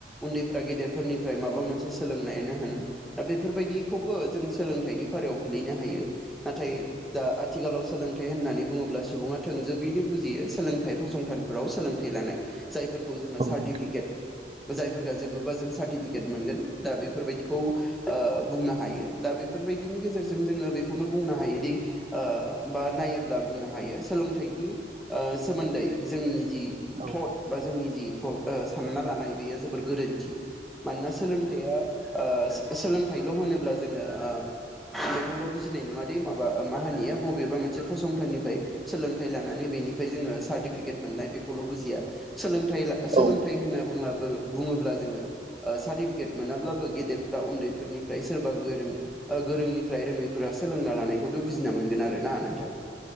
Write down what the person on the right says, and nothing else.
औ
नोंथां
औ
औ